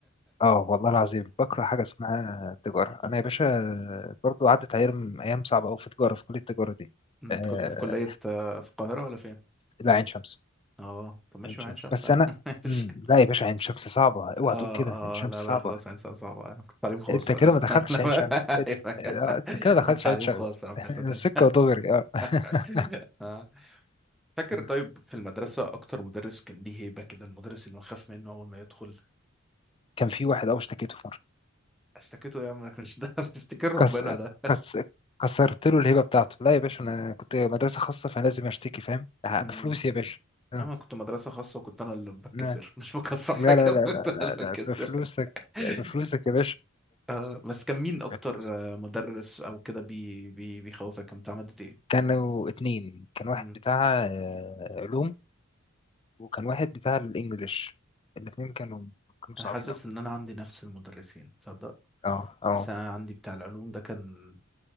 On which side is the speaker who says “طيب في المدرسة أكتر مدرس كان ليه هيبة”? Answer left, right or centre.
Centre